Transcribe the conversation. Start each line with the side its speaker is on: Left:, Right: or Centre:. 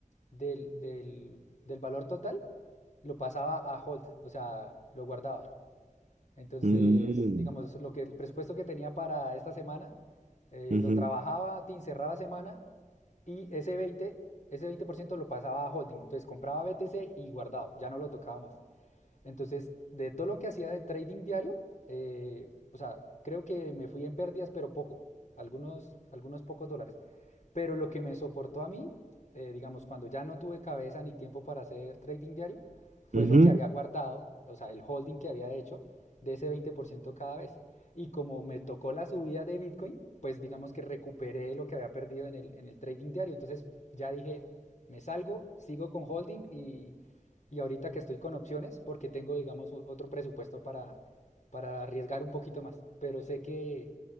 Left: del, del, del valor total, lo pasaba a hold, o sea, lo guardaba. Entonces,
Right: Mm,
Left: digamos, lo que, el presupuesto que tenía para esta semana, eh,
Right: ujú,
Left: lo trabajaba, tin cerraba semana y ese veinte ese ciento lo pasaba a holding. Entonces compraba BTC y guardado, ya no lo tocaba más. Entonces, de todo lo que hacía de trading diario, eh, o sea, creo que me fui en pérdidas, pero poco, algunos, algunos pocos dólares. Pero lo que me soportó a mí, eh, digamos, cuando ya no tuve cabeza ni tiempo para hacer trading diario, fue
Right: ujú.
Left: lo que había guardado, o sea, el holding que había hecho de ese 20% cada vez. Y como me tocó la subida de Bitcoin, pues digamos que recuperé lo que había perdido en el, en el trading diario. Entonces ya dije, me salgo, sigo con holding y y ahorita que estoy con opciones, porque tengo, digamos, otro presupuesto para, para arriesgar un poquito más. Pero sé que